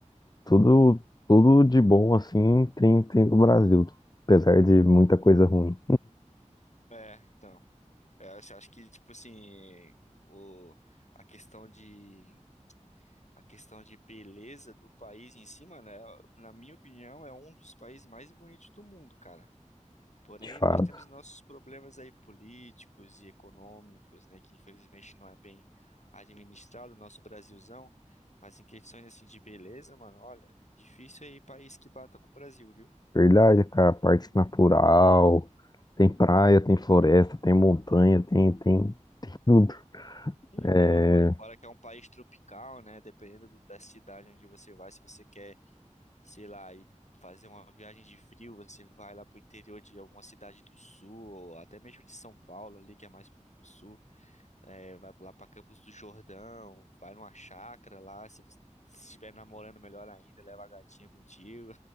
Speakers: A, on the left; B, on the left.
A: tudo tudo de bom assim tem tem no Brasil, apesar de muita coisa ruim,
B: É, então. É, acho acho que, tipo assim, o, a questão de, a questão de beleza do país em si, mano, é, na minha opinião, é um dos países mais bonitos do mundo, cara. Porém,
A: de fato.
B: nós temos nossos problemas aí políticos e econômicos, né, que infelizmente não é bem administrado, o nosso Brasilzão. Mas em questões assim de beleza, mano, olha, difícil aí país que bata com o Brasil, viu?
A: Verdade, cara, parte natural, tem praia, tem floresta, tem montanha, tem tem tudo.
B: Tem
A: É,
B: tudo, mano. Fora que é um país tropical, né? Dependendo do- da cidade onde você vai, se você quer, sei lá, ir fazer uma viagem de frio, você vai lá pro interior de alguma cidade do sul, ou até mesmo de São Paulo ali, que é mais pro sul. É, vai lá pra Campos do Jordão, vai numa chácara lá. Se você estiver namorando, melhor ainda, leva a gatinha contigo.